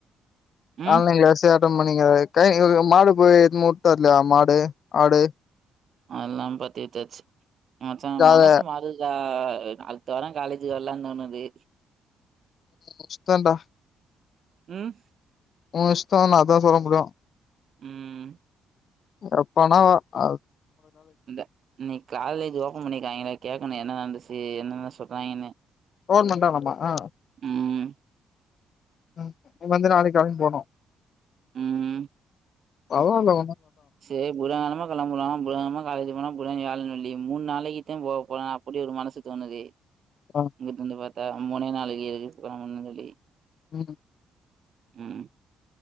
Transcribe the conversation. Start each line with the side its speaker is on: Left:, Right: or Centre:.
Right: ம்.
Left: ஆன்லைன்யா சார் பண்ணிங்க மாடு போய் முட்டலையா மாடு ஆடு
Right: அதெல்லாம் பாத்து வித்தாச்சு மச்சா
Left: ஜாத
Right: மனசு மாதுதா அ அடுத்த வாரோ காலேஜ்க்கு வரலானு தோணுது
Left: ஓ இஷ்டன் டா
Right: ம்
Left: ஓ இஷ்டோ நா அதா சொல்ல முடியு
Right: ம்
Left: எப்பனா வா அ
Right: இந்த இன்னிக் காலேஜ் ஓப்பன் பண்ணி க எங்கள கேட்கணு என்ன நடந்துச்சி என்னென்ன சொல்றாய்ங்கன்னு
Left: ஃபோன் பண்றானமா ஆ
Right: ம்.
Left: ம் இங்க வந்து நாளைக் கெழம்பி போனு
Right: ம்
Left: அவ்வோளோ
Right: சே புதகழம களம்பலா புதங்கழம காலேஜ் போனா புத வியாழன் வெள்ளி மூன் நாளைக்குத்தா போபோனா அப்பிடி ஒரு மனசு தோனுது
Left: ஆ
Right: இங்குதுந்வர் த முனே நாளைக்கு இருக் <unintelligible>
Left: ம்
Right: ம்